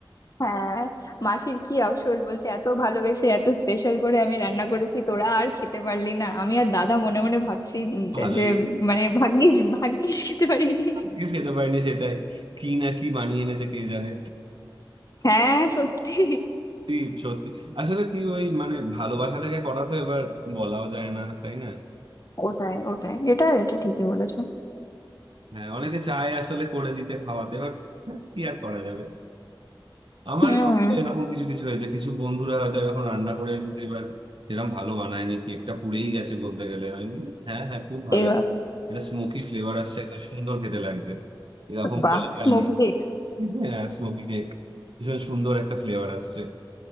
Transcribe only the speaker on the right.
ভালোই
কিছু খেতে পারিনি সেটাই কি না কি বানিয়ে এনেছে কে জানে
সত্যি সত্যি আসলে কি ওই মানে ভালোবাসা থেকে করা তো এবার বলাও যায় না তাই না
হ্যাঁ অনেকে চায় আসলে করে দিতে খাওয়াতে এবার হ্যাঁ, কি আর করা যাবে আমার
আমার তো এরকম কিছু কিছু হয়েছে কিছু বন্ধুরা হয়তো এখন রান্না করে এনেছে এবার এরকম ভালো বানায়নি কেকটা পুড়েই গেছে বলতে গেলে আমি বলি, হ্যাঁ হ্যাঁ খুব ভালো
হয়েছে। এটা স্মোকি ফ্লেভার আসছে একটা সুন্দর খেতে লাগছে এরকম
বলে চালিয়ে
দিচ্ছি। হ্যাঁ স্মোকি কেক ভীষণ সুন্দর একটা ফ্লেভার আসছে